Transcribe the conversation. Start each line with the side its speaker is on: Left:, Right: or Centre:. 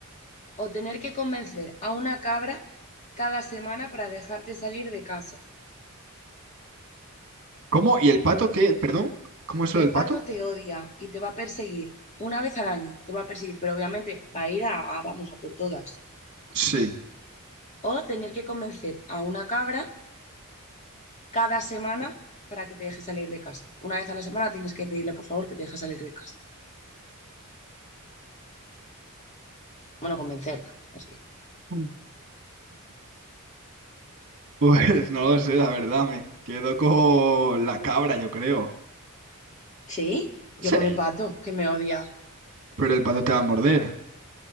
Left: ¿O tener que convencer a una cabra cada semana para dejarte salir de casa?
Right: ¿Cómo? ¿Y el pato qué? ¿Perdón? ¿Cómo es lo
Left: El
Right: del pato?
Left: pato te odia y te va a perseguir una vez al año, te va a perseguir, pero obviamente va a ir a, a- vamos a por todas.
Right: Sí.
Left: O tener que convencer a una cabra cada semana para que te deje salir de casa. Una vez a la semana tienes que pedirle por favor que te deje salir de casa. Bueno, convencerla, así.
Right: Mm. Pues no lo sé, la verdad, me quedo con la cabra, yo creo.
Left: Sí,
Right: Sí,
Left: yo con el pato que me odia.
Right: pero el pato te va a morder.